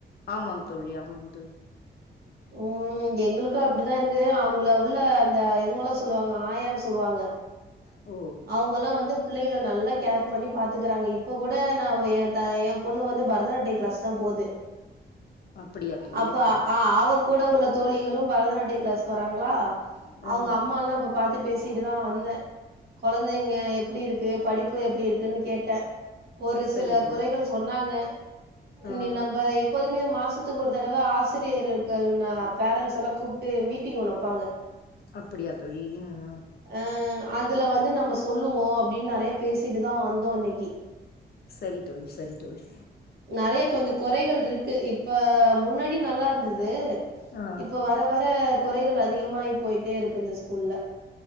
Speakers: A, on the left; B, on the right.
A: ஆமாங் தோழி ஆமாம் தோழி
B: ம் எங்ளுக்கு அப்டிதா இருக்கு அவங்கள உள்ள இந்த இவங்களா சொல்லுவாங் ஆயான் சொல்லுவாங்க
A: ஓ
B: அவங்கல்லா வந்து புள்ளைங்கள நல்லா கேர் பண்ணி பாத்துக்குறாங்க இப்ப கூட நா எ த எ பொண்ணு வந்து பரதநாட்டியோ க்ளஸ் தா போது
A: அப்படியா தோழி
B: அப்ப
A: சரி
B: ஆ அவ கூட உள்ள தோழிகளு பரதநாட்டிய கிளாஸ்க்கு வராங்களா
A: ஆ
B: அவுங்க அம்மால்லா இப்ப பாத்து பேசிட்டு தா வந்தே கொழந்தைங்க எப்டி இருக்கு படிப் பு எப்டி இருக்குன்னு கேட்டே ஒரு
A: சரி
B: சில
A: தோழி
B: குறைகள் சொன்னாங்க
A: ஆ
B: இனி நம்ம எப் பதுமே மாசத்துக்கு ஒரு தடவ ஆசிரியர்கள் ந பேரண்ட்ஸ்ஸல்லா கூப்ட்டு மீட்டிங் ஒண்ணு வப்பாங்க
A: அப்பிடியா தோழி அ அ
B: அ அதுல வந்து நம்ம சொல்லுவோ அப்டின் நெறைய பேசிட்டு தா வந்தோ இன்னக்கி
A: சரி தோழி சரி தோழி
B: நெறைய கொஞ்சோ கொறைகள் இருக்கு இப்ப முன்னாடி நல்லா இருந்தது
A: ஆ
B: இப்ப வர வர குறைகள் அதிகமாயி போயிட்டே இருக்கு இந்த ஸ்கூல்ல